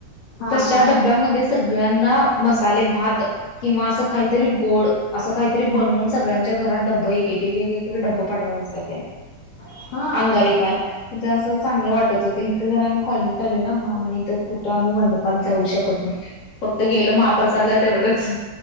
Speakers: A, on the left; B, on the left.
A: हा
B: तश्या
A: हा
B: डब्यामध्ये सगळ्यांना मसाले भात किंवा असं काहीतरी गोड अस काहीतरी बनवून सगळ्यांनी च्या घरात डबा एक एकेक डबा पाठवत असत्यात. त्याने
A: हा
B: अंगारिकाला, तिथं असं चांगलं वाटत होतं इथ जर आम्ही कॉलनीत आलो ना मग आम्हांला इथं. कुठं आम्ही मंडपात जाऊ शकत नाही फक्त गेलो महाप्रसादला तेवढंच.